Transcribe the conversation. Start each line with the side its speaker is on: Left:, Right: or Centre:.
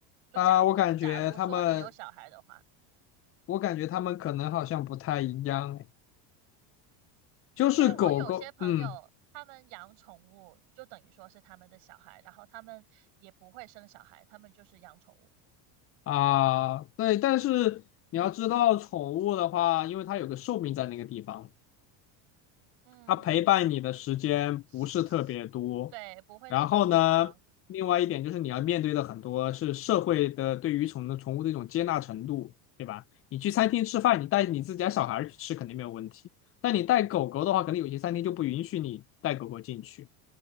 Right: 就假如假如说你有小孩的话，
Left: 啊，我感觉他们。我感觉他们可能好像不太一样，哎，就是狗狗，
Right: 因为我有些朋友他们养宠物，
Left: 嗯
Right: 就等于说是他们的小孩，然后他们也不会生小孩，他们就是养宠物。
Left: 啊，对，但是你要知道，宠物的话，因为它有个寿命在那个地方，
Right: 嗯，
Left: 它陪伴你的时间不是特别多。
Right: 是对，不会那么的长。
Left: 然后呢，另外一点就是你要面对的很多是社会的对于宠的宠物的一种接纳程度，对吧？你去餐厅吃饭，你带你自己家小孩儿去吃肯定没有问题，但你带狗狗的话，可能有些餐厅就不允许你带狗狗进去。